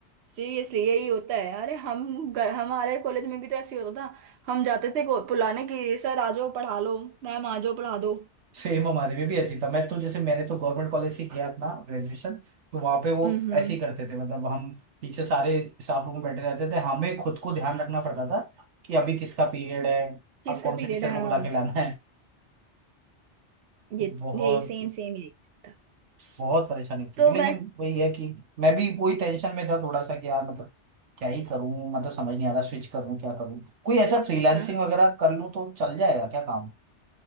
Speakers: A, on the right; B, on the right.
A: सीरियसली यही होता है अरे हम ग- हमारे कॉलेज में भी तो ऐसे ही होता था हम जाते थे को- बुलाने की सर आ जाओ पढ़ा लो मैम आ जाओ पढ़ा दो
B: सेम हमारे में भी ऐसी था मैं तो जैसे मैंने तो गवर्नमेंट कॉलेज से किया अपना ग्रेजुएशन तो वहाँ पे वो
A: हम्म
B: ऐसे ही करते थे मतलब हम पीछे सारे स्टाफ रूम में बैठे रहते थे हमें खुद को ध्यान रखना पड़ता था कि अभी किसका पीरियड है
A: किसका
B: अब कौन
A: पीरियड
B: से टीचर
A: है
B: को बुला
A: हाँ
B: के लाना है बहुत
A: ये यही सेम सेम यही था
B: बहुत परेशानी होती
A: तो
B: थी लेकिन
A: मैं
B: वही है कि मैं भी वही टेंशन में था थोड़ा सा कि यार मतलब क्या ही करूं मतलब समझ नहीं आ रहा स्विच करूं क्या करूं कोई ऐसा फ्रीलांसिंग
A: हाँ
B: वगैरह कर लूं तो चल जाएगा क्या काम